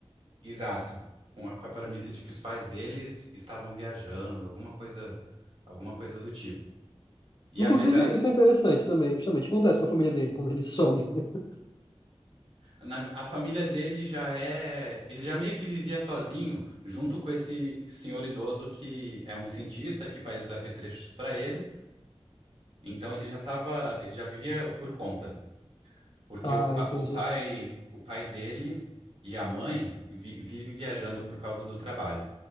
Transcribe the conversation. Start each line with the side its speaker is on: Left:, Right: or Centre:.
Right: Exato. Com a, com a premissa de que os pais deles estavam viajando, alguma coisa, alguma coisa do tipo. E
Left: Inclusive,
Right: apesar
Left: isso é interessante também, justamente. O que acontece com a família dele quando ele some? <laughs>
Right: Na- a família dele já é. Ele já meio que vivia sozinho, junto com esse senhor idoso que é um cientista que faz os apetrechos para ele. Então ele já tava. Ele já vivia por conta. Porque
Left: Ah,
Right: o, pa-
Left: entendi.
Right: o pai, o pai dele e a mãe vi- vivem viajando por causa do trabalho.